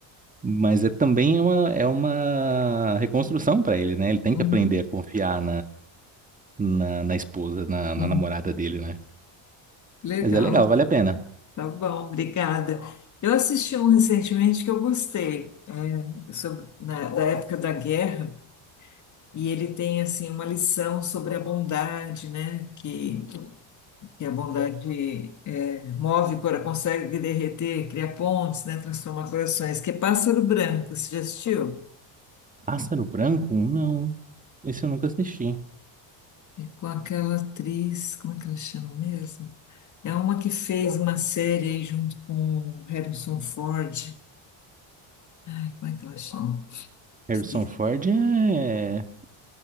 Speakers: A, on the right (about 15°); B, on the left (about 35°).
A: Mas é também uma, é uma reconstrução para ele, né? Ele tem
B: Uhum,
A: que aprender a confiar na, na esposa, na,
B: uhum.
A: na namorada dele, né?
B: Legal.
A: Mas é legal, vale a pena.
B: Tá bom, obrigada. Eu assisti um recentemente que eu gostei, é, sobre, na- da época da guerra. E ele tem assim uma lição sobre a bondade, né? Que, que a bondade é, move, cora- consegue derreter, cria pontes, né? Transforma corações. Que é Pássaro Branco, você já assistiu?
A: Pássaro Branco? Não. Esse eu nunca assisti.
B: É com aquela atriz, como é que ela chama mesmo? É uma que fez uma série aí junto com o Harrison Ford. Ai, como é que ela chama?
A: Harrison
B: Esqueci.
A: Ford é.